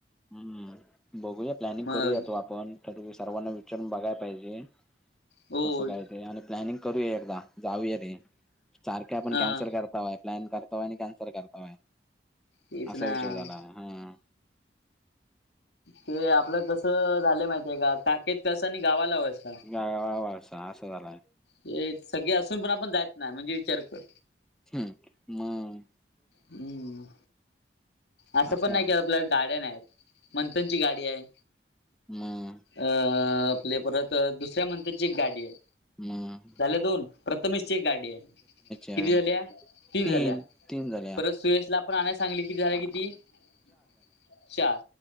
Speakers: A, in the centre; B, on the left (about 75°).
A: हम्म, बघूया प्लॅनिंग
B: मग
A: करूया तो आपण ठरवु, सर्वांना विचारून बघाय पायजे.
B: होय
A: कसं काय ते, आणि प्लॅनिंग करूया एकदा जाऊया रे, सारखे आपण
B: हा
A: कॅन्सल कर काय प्लॅन करतावाय, आणि कॅन्सल करतावाय
B: तेच
A: असा
B: ना.
A: विषय झाला हं.
B: ते आपलं कस झालंय माहितीये का, खाकेत कळसा आनी गावाला वळसा.
A: गावा वळसा असं झालय.
B: तेच सगळे असून पण आपण जायेत नाय, म्हणजे विचार कर.
A: हम्म म.
B: हम्म. असं
A: असा
B: पण नाही की आपल्या गाड्या नाहीत, मंथनची गाडी आहे,
A: मं
B: अं आपले परंत दुसऱ्यां म्हणंतरची एक गांडी आहे
A: मं
B: प्रथमेश ची गांडी
A: आहे
B: किती झाल्या तीनं
A: तीन
B: झाल्यां
A: तीन झाल्या
B: परं सुशलां पणं सांगली की
A: आ,
B: चार